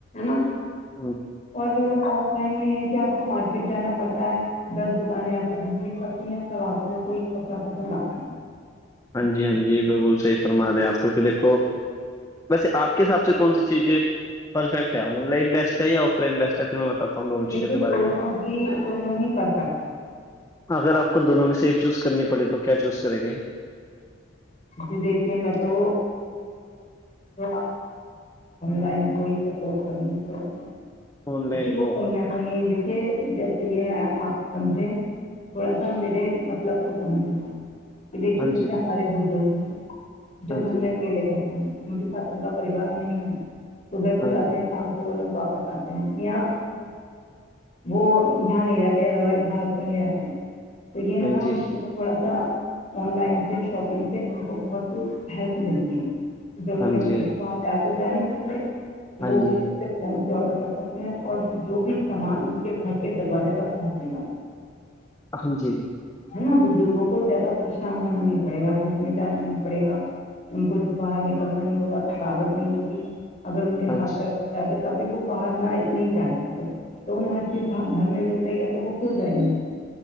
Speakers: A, on the left; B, on the left.
A: نا
B: ہ <unintelligible>
A: اور آف لائن میں یہ کہ آپ کو مارکیٹ جانا پڑتا ہے دس دکانیں آپ کو گھومنی پڑتی تب آپ کو کوئی کپڑا پسند آ کرنا
B: ہاں جی ہاں بالکل صیف فرما رہے آپ کی کہ دیکھو ویسے آپ کے حساب سے کون سی چیزیں پرفیکٹ ہے آن لائن بیسٹ ہے ہی ہو پل بیسٹ ہے پھر میں بتاتا ہوں دونوں
A: دیکھیے
B: چیزوں کے بارے
A: دونوں
B: میں
A: ہی دونوں ہی پرفیکٹ ہیں
B: اگر آپ کو دونوں میں سے ایک چوز کرنی پڑے تو کیا چوز کریں گے
A: جی دیکھیے میں تو تواں لائن کو سپ س گ تھڑا سا
B: آن لائن
A: کو
B: ہاں
A: کہیں دیکھیے جیسے یہ ہے آپ سمجھے تھوڑا سا میرے مطلب کو سمجھنا کہ دیکھیے جیسے
B: جی
A: ہمارے بزرگ ہیں جو
B: ہاں
A: گھر
B: جی
A: میں اکیلے رہتے ہیں ان کے ساتھ ان کا پریوار نہیں ہے صبح کو
B: ہاں
A: جاتے ہیں شام کو وہ لوگ واپس آتے ہیں یہیااں وہ یہاں نہیں رہتے ادروائز باہر پے رہتے ہیں تو یہ ہے نا
B: جی
A: اس تھوڑا سا آن لائن سے شاپنگ سے ان کو بہت ہی ہیلپ ملتی ہے جوہوں
B: ہاں
A: نے
B: جی
A: وہاں جا تو جا نہیں سکتے
B: ہاں
A: وہ
B: جی
A: اس فون سے آڈر کر سکتے ہیں اور جو بھی سامان ان کے گھر کے دروازے تک پہنچے گا
B: الم جی
A: ہے نا بزرگوں کو زیادہ پریشان ہونا نہیں پڑے گا دھوپ میں جانا نہیں پڑے گا ان کو باہر نکلنا نہیں ہوگا تقاوت نہیں ہوگی اگر ان کے
B: ہاں
A: ہاتھ
B: جی
A: پ میں زیادہ کبھی وہ باہر نہ نہیں جا سکتے تو انہیں ہر چیز گھر میں مل گئی ہے تو وہ کیوں جائیں گے